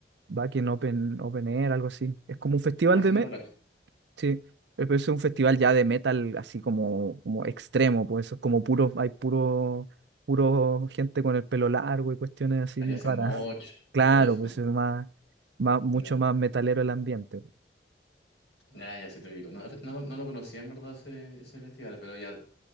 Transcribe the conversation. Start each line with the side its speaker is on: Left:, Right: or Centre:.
Right: Wacken Open, Open Air, algo así. Es como un festival
Left: Ah, ese
Right: de,
Left: no
Right: me-
Left: lo cacho.
Right: Sí, pero pero eso es un festival ya de metal así como, como extremo, pues eso es como puro, hay puro, puro gente con el pelo largo y cuestiones así
Left: Ahí
Right: muy
Left: hacen
Right: raras.
Left: moch
Right: <laughs> Claro,
Left: y todo eso.
Right: pues es más, más, mucho
Left: Ya,
Right: más metalero el ambiente.
Left: ya, ya sí te ubico. No, no, no lo conocía en verdad ese, ese festival, pero ya